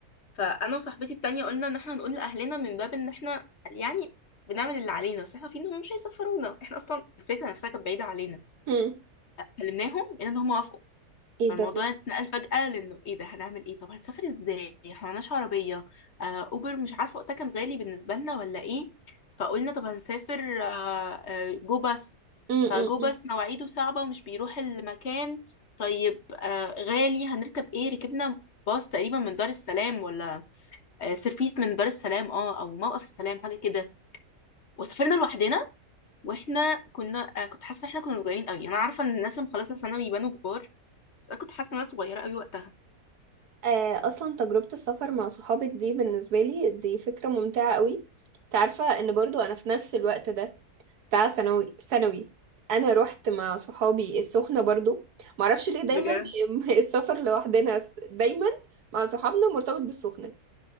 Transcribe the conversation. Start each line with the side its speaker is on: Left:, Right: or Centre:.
Left: فانا وصاحبتي التانية قلنا ان احنا هنقول لاهلنا من باب ان احنا يعني بنعمل اللي علينا بس احنا عارفين انهم مش هيسفرونا احنا اصلا الفكره نفسها كانت بعيده علينا
Right: مم.
Left: كلمناهم لقينا ان هم وافقوا
Right: ايه
Left: فالموضوع
Right: ده تحفة.
Left: اتنقل فجأة لانه ايه ده هنعمل ايه طب هنسافر ازاي احنا معناش عربية آه اوبر مش عارفة وقتها كان غالي بالنسبة لنا ولا ايه فقلنا طب هنسافر آه آه جو باص
Right: مم.
Left: فجو
Right: مم.
Left: باص مواعيده صعبة ومش بيروح المكان طيب آه غالي هنركب ايه ركبنا باص تقريبا من دار السلام ولا آه، سيرفيس من دار السلام اه او موقف السلام حاجه كده وسافرنا لوحدنا واحنا كنا آه، كنت حاسه ان احنا كنا صغيرين قوي انا عارفه ان الناس اللي مخلصه ثانوي يبانوا كبار بس انا كنت حاسه ان انا صغيره قوي وقتها
Right: آه، اصلا تجربة السفر مع صحابك دي بالنسبة لي دي فكرة ممتعة قوي تعرفة ان برضو انا في نفس الوقت ده بتاع ثانوي ثانوي انا رحت مع صحابي السخنة برضو معرفش ليه دايما
Left: بجد
Right: <laughs> السفر لوحدنا س- دايما مع صحابنا مرتبط بالسخنة